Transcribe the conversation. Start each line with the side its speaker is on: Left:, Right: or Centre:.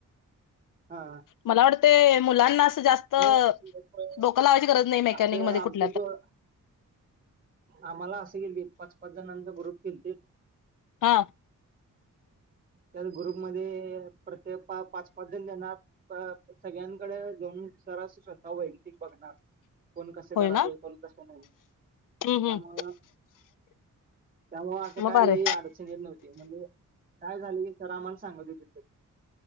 Right: हा
Left: मला वाटतेय मुलांना असं जास्त
Right: नाही
Left: लोकलावाज गज नाही मेकनिकमध्ये
Right: असं आमचं
Left: कुठ.
Right: आम्हाला असं क पाच पाच जणांंत बरोर केत देत.
Left: हां
Right: त्यात ग्रुप मध्ये प्रत्येक पाच पाच जण देणार. सगळ्यांकडे जान सरास स्वतः वैयक्तिक बघणार. कोण कसे
Left: होय
Right: करायले
Left: ना
Right: कोण कसे नाही.
Left: हम्
Right: त्यामुळ
Left: हम्
Right: त्यामुळ असं
Left: मग
Right: काय
Left: बरे
Right: लई अड ्ह म्हणजे काय झाली स आमला सांग तिथ.